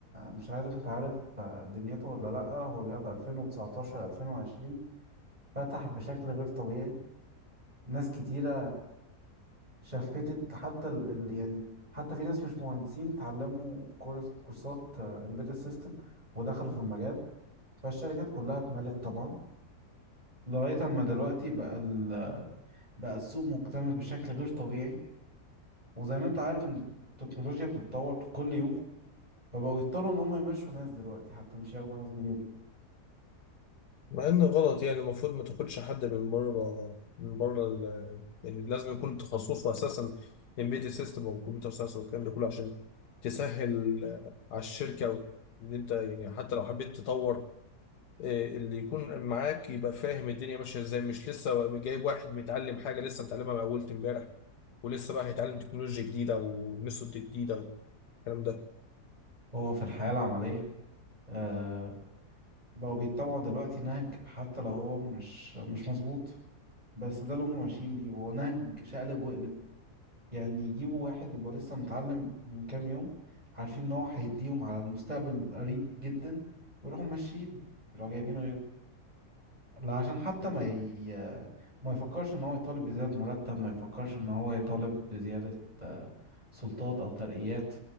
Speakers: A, on the right (about 25°); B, on the left (about 85°).
A: مش عارف انت عارف آه، دنيته ولا لا هو جه في 2019 2020 فتح بشكل غير طبيعي ناس كتيرة شفتت حتى ال... ال- يعني حتى في ناس مش مهندسين اتعلموا كورس... كورسات امبيدد سيستم ودخلوا في المجال فالشركات كلها اتملت طبعا لغاية اما دلوقتي بقى ال... بقى السوق مكتمل بشكل غير طبيعي وزي ما انت عارف ان التكنولوجيا بتتطور كل يوم فبقوا يضطروا ان هم يمشوا ناس دلوقتي حتى مش ياخدوا ناس جديدة
B: مع ان غلط يعني المفروض ما تاخدش حد من بره من بره ال- يعني لازم يكون تخصصه اساسا امبيدد سيستم او كمبيوتر ساينس والكلام ده كله عشان تسهل آه، على الشركه أو ان انت يعني حتى لو حبيت تطور آه، اللي يكون معاك يبقى فاهم الدنيا ماشيه ازاي مش لسه جايب واحد متعلم حاجه لسه متعلمها من اول امبارح ولسه بقى هيتعلم تكنولوجيا جديده او ميثود جديده والكلام ده
A: هو في الحياة العملية آه بقوا بيتبعوا دلوقتي نهج حتى لو هو مش مش مظبوط بس ده اللي هم ماشيين بيه هو نهج شقلب وقلب يعني يجيبوا واحد يبقى لسه متعلم من كام يوم عارفين ان هو هيديهم على المستقبل القريب جدا ويروحوا ماشيين يروحوا جايبين غيره لا عشان حتى ما ي... ما يفكرش ان هو يطالب بزيادة مرتب ما يفكرش ان هو يطالب بزيادة آه، سلطات او ترقيات